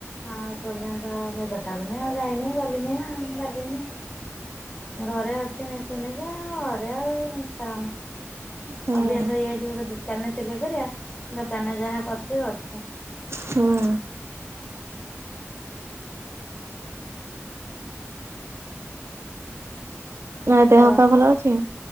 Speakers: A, on the left; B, on the right.
A: ହଁ ଏ ପର୍ଯ୍ୟନ୍ତ ମେଘ ଛାଡ଼ୁନି ଆଉ ଯାଇନି ଗଲିନି ଆଉ ଗଲିନି। ଘରେ ଅଛି ମେଶିନି ଯେ ଅ ଘରେ ଆଉ ଇଚ୍ଛା ହୋଉନି।
B: ହୁଁ।
A: ଅଭ୍ୟାସ ହେଇଯାଇଛି ଗୋଟେ ଦୁକାନରେ ସିଲେଇ କରିବା ଦୋକାନରେ ଯାହା କରୁଛି କରୁଛି।
B: ହୁଁ। ଇଆ ଦେହ
A: ୱା
B: ପା ଭଲ ଅଛି?